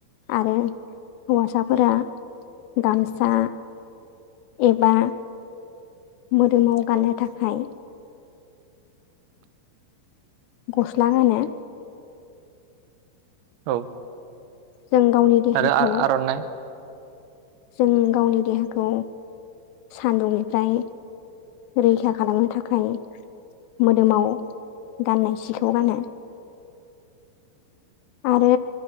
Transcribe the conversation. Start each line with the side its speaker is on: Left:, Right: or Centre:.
Left: आरो हौवासाफोरा गामसा एबा मोदोमाव गाननो थाखाय ग'स्ला गानोे।
Right: औ।
Left: जों गावनि देहाखौ
Right: आरो आ-आर'नाइ
Left: जों गावनि देहाखौ सान्दुंनिफ्राय रैखा खालामनो थाखाय मोदोमाव गाननाय सिखौ गानो।
Right: <unintelligible>
Left: आरो